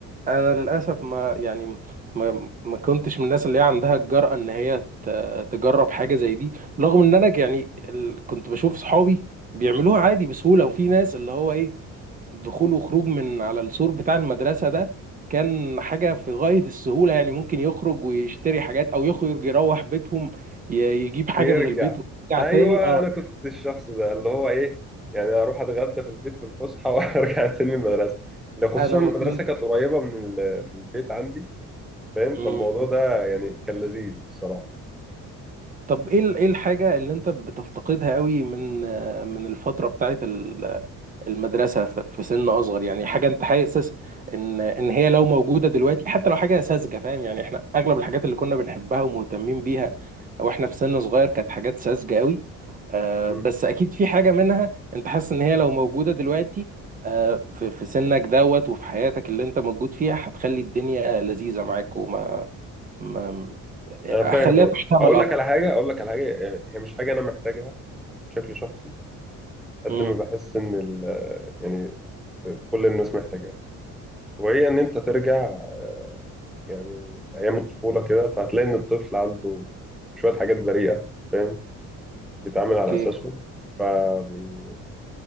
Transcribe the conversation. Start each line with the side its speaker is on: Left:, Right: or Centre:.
Right: انا للاسف ما يعني ما ما كنتش من الناس اللي هي عندها الجرأة ان هي ت- تجرب حاجة زي دي رغم ان انا يعني ال- كنت بشوف صحابي بيعملوها عادي بسهولة وفي ناس اللي هو ايه دخول وخروج من على السور بتاع المدرسة ده كان حاجة في غاية السهولة يعني ممكن يخرج ويشتري حاجات او يخرج يروح بيتهم ي- يجيب حاجة
Centre: ويرجع
Right: من البيت ويرجع
Centre: ايوه
Right: تاني اه
Centre: انا كنت الشخص ده اللي هو ايه يعني اروح اتغدى في البيت في الفسحه <laughs> وارجع تاني المدرسه ده خصوصا
Right: انا
Centre: المدرسه
Right: ما كنت
Centre: كانت قريبه من ال- من البيت عندي فاهم
Right: مم.
Centre: فالموضوع ده يعني كان لذيذ الصراحه
Right: طب ايه ال- ايه الحاجة اللي انت بتفتقدها قوي من من الفترة بتاعت ال المدرسة ف- في سن أصغر يعني حاجة أنت حاسس إن إن هي لو موجودة دلوقتي حتى لو حاجة ساذجة فاهم يعني إحنا أغلب الحاجات اللي كنا بنحبها ومهتمين بيها وإحنا في سن صغير كانت حاجات ساذجة قوي آه
Centre: مم.
Right: بس أكيد في حاجة منها أنت حاسس إن هي لو موجودة دلوقتي آه في في سنك دوت وفي حياتك اللي أنت موجود فيها هتخلي الدنيا لذيذة معاك وما ما
Centre: انا فاهم
Right: أخليها
Centre: قصدي
Right: تحتمل
Centre: اقول
Right: أكتر
Centre: لك على حاجه اقول لك على حاجه يعني هي مش حاجه انا محتاجها بشكل شخصي قد
Right: مم.
Centre: ما بحس ان ال يعني كل الناس محتاجاها وهي ان انت ترجع يعني ايام الطفوله كده فهتلاقي ان الطفل عنده شويه حاجات بريئه فاهم بيتعامل
Right: أوكي
Centre: على اساسهم فبي-